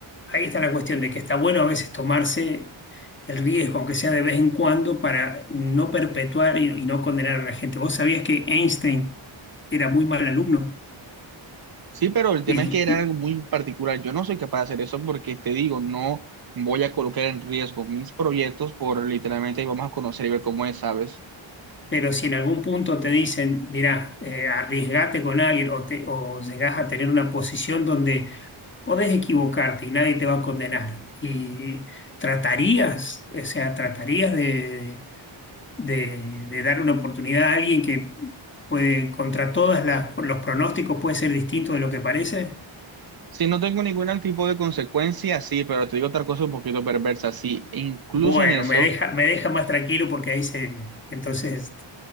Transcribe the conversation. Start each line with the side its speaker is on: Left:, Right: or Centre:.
Left: Ahí está la cuestión de que está bueno a veces tomarse el riesgo, aunque sea de vez en cuando, para no perpetuar y, y no condenar a la gente. ¿Vos sabías que Einstein era muy mal alumno?
Right: Sí, pero el tema
Left: Y,
Right: es que era algo muy particular. Yo no soy capaz de hacer eso porque te digo, no voy a colocar en riesgo mis proyectos por literalmente vamos a conocer y ver cómo es, ¿sabes?
Left: Pero si en algún punto te dicen, mirá, eh, arriesgate con alguien o, te, o llegás a tener una posición donde podés equivocarte y nadie te va a condenar. Y tratarías, o sea, tratarías de, de- de dar una oportunidad a alguien que puede, contra todos los pronósticos puede ser distinto de lo que parece.
Right: Si no tengo ningún tipo de consecuencia, sí, pero te digo otra cosa un poquito perversa. Sí, e incluso
Left: Bueno,
Right: en eso.
Left: me deja, me deja más tranquilo porque ahí se, entonces,